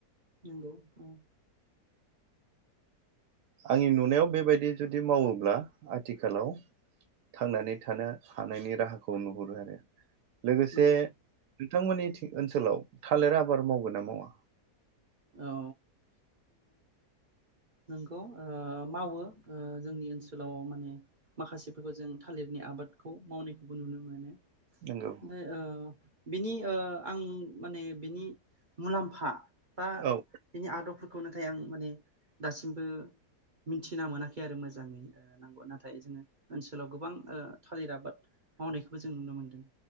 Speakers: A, on the right; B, on the right.
A: नोंगौ औ
B: आंनि नुनायाव बेबायदि जुदि मावोब्ला आथिखालाव थांनानै थानो हानायनि राहाखौ नुहुरो आरो लोगोसे
A: नंगौ
B: बिथांमोननि ओनसोलाव थालिर आबाद मावगोन ना मावा?
A: औ ओ नोंगौ ओ मावो ओ जोंनि ओनसोलाव माने माखासेफोरखौ जों थालिरनि आबादखौ मावनायखौबो नुनो मोनो
B: नंगौ
A: ओमफाय अ बिनि ओ आं माने बिनि मुलामफा बा
B: औ
A: बिनि आद बफोरखौ नाथाय आं माने दासिमबो मिथिना मोनाखै आरो मोजाङै ओ नंगौ नाथाय जोङो ओनसोलाव गोबां ओ थालिर आबाद मावनायखौबो जों नुनो मोनदों